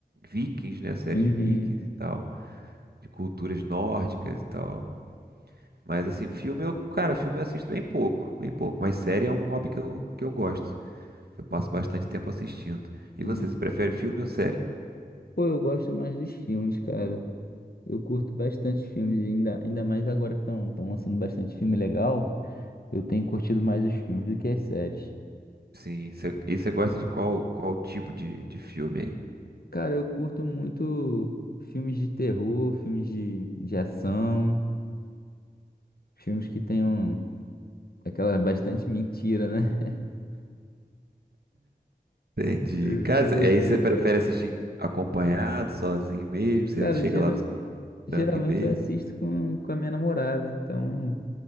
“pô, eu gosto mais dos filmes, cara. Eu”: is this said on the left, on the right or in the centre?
Left